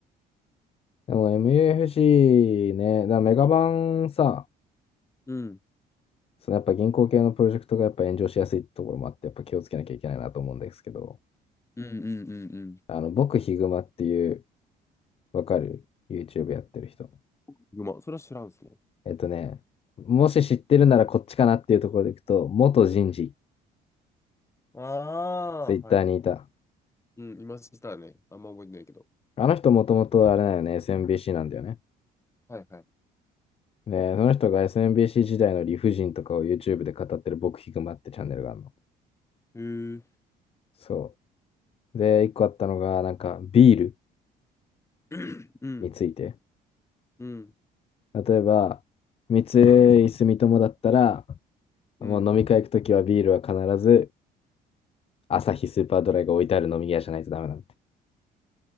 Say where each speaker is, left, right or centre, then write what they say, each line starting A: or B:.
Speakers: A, on the left; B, on the left.
A: でも MUFC ね、だからメガバンさ、
B: う。<laughs> うん。
A: そのやっぱ銀行系のプロジェクトがやっぱ炎上しやすいところもあって、やっぱ気をつけなきゃいけないなと思うんですけど、
B: うんうんうんう
A: あの、僕ヒグマっていう、わかる ?YouTube やってる人。
B: ん。うま、それは知らんですね。
A: えっとね、もし知ってるならこっちかなっていうところでいくと、元人事、
B: ああー、
A: ツイッターにいた。
B: はい。うん、今知ったらね、あんま覚えてないけど。
A: あの人もともとあれだよね、SMBC なんだよね。
B: はいはい。
A: で、その人が SMBC 時代の理不尽とかを YouTube で語ってる僕ヒグマってチャンネルがあるの。
B: へえ。
A: そう。で、一個あったのが、なんかビール
B: <clears throat> うん、
A: について。
B: うん、
A: 例えば、三井住友だったら、
B: うん。
A: もう飲み会行くときはビールは必ず、アサヒスーパードライが置いてある飲み屋じゃないとダメなんて。